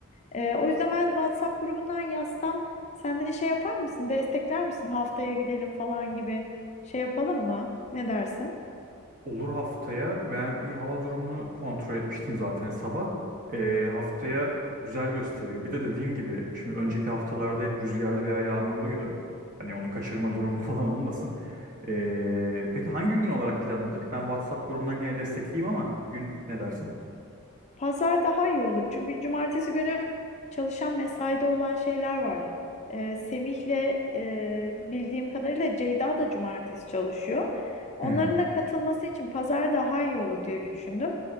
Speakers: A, on the left; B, on the right.
A: Ee, o yüzden ben WhatsApp grubundan yazsam sen de şey yapar mısın, destekler misin haftaya gidelim falan gibi şey yapalım mı? Ne dersin?
B: Olur haftaya ben bir hava durumunu kontrol etmiştim zaten sabah. Ee, haftaya güzel gösteriyor. Bir de dediğin gibi şimdi önceki haftalarda hep rüzgarlı veya yağmurluydu. Hani onu kaçırma durumu <laughs> falan olmasın. Ee, peki hangi gün olarak planladık? Ben WhatsApp grubundan gene destekleyeyim ama gün ne dersin?
A: Pazar daha iyi olur. Çünkü cumartesi günü çalışan mesaide olan şeyler var. Ee, Semih'le e, bildiğim kadarıyla Ceyda da cumartesi çalışıyor. Onların
B: Hmm,
A: da katılması için pazar daha iyi olur diye düşündüm.